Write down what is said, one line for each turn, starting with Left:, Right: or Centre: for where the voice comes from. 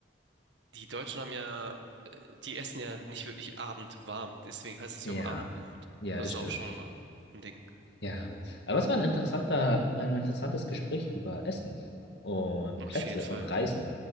Right: die Deutschen haben ja, äh, die essen ja nicht wirklich abendwarm, deswegen heißt es
Left: Ja,
Right: ja auch Abendbrot.
Left: ja,
Right: Das
Left: das
Right: ist
Left: stimmt.
Right: auch schon mal ein Ding.
Left: Ja, aber es war ein interessanter, ein interessantes Gespräch über Essen und
Right: Auf
Left: Plätze
Right: jeden Fall.
Left: und Reisen.